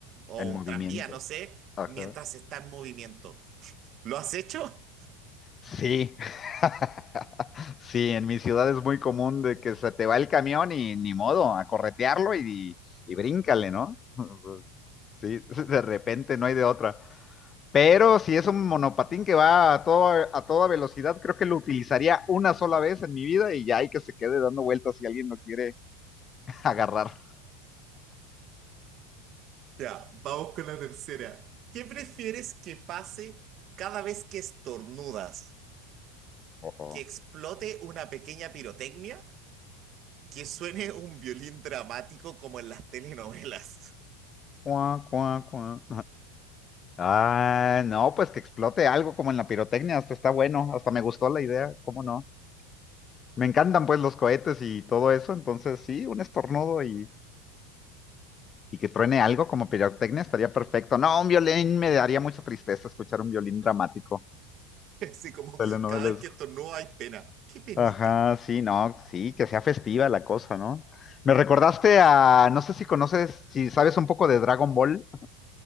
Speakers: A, on the right; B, on the left.
A: o
B: en movimiento.
A: un tranvía, no sé,
B: Ajá.
A: mientras está en movimiento. <laughs> ¿Lo has hecho?
B: Sí, <laughs> sí, en mi ciudad es muy común de que se te va el camión y ni modo, a corretearlo y, y bríncale, ¿no? <laughs> Sí, de repente no hay de otra. Pero si es un monopatín que va a toda, a toda velocidad, creo que lo utilizaría una sola vez en mi vida y ya hay que se quede dando vueltas si alguien lo quiere <laughs> agarrar.
A: Ya, vamos con la tercera. ¿Qué prefieres que pase cada vez que estornudas?
B: Ojo.
A: ¿Que explote una pequeña pirotecnia? que suene un violín dramático como en las telenovelas.
B: Cuá, cuá, cuá. Ah, no, pues que explote algo como en la pirotecnia, hasta está bueno, hasta me gustó la idea, ¿cómo no? Me encantan pues los cohetes y todo eso, entonces sí, un estornudo y, y que truene algo como pirotecnia estaría perfecto. No, un violín me daría mucha tristeza escuchar un violín dramático,
A: <laughs> Así como
B: telenovelesco.
A: cada vez que estornuda hay pena. ¡Qué penita!
B: Ajá, sí, no, sí, que sea festiva la cosa, ¿no? Me recordaste a, no sé si conoces, si sabes un poco de Dragon Ball,